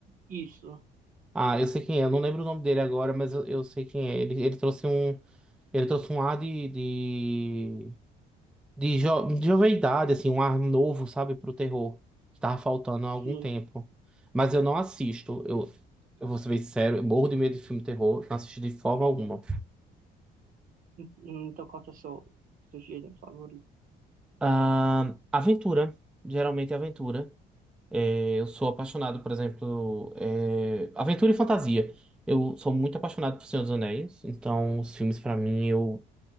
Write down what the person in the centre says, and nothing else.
Ah, eu sei quem é. Eu não lembro o nome dele agora, mas eu, eu sei quem é. Ele, ele trouxe um, ele trouxe um ar de, de, de, jo, de jovialidade, assim, um ar novo, sabe, pro terror, que tava faltando há algum
tempo. Mas eu não assisto. Eu, eu vou ser bem sincero, eu morro de medo de filme de terror, não assisto de forma alguma.
Ah, aventura. Geralmente é aventura. É, eu sou apaixonado, por exemplo, é, aventura e fantasia. Eu sou muito apaixonado por Senhor dos Anéis, então os filmes pra mim eu